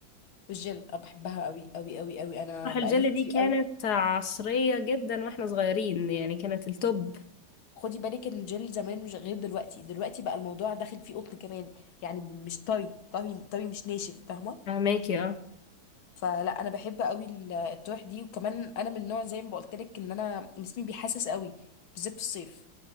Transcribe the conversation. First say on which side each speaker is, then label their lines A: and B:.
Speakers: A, on the left; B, on the left.
A: والجل انا بحبها قوي قوي قوي قوي انا
B: طرح
A: بقالي
B: الجل
A: كتير
B: دي كانت
A: قوي
B: عصريه جدا واحنا صغيرين يعني كانت التوب
A: خدي بالك ان الجل زمان مش غير دلوقتي دلوقتي بقى الموضوع داخل فيه قطن كمان يعني مش طري طري طري مش ناشف فاهمه
B: فهماكي اه
A: فلا انا بحب قوي ال- الطرح دي وكمان انا من نوع زي ما بقولت لك ان انا جسمي بيحسس قوي بالذات في الصيف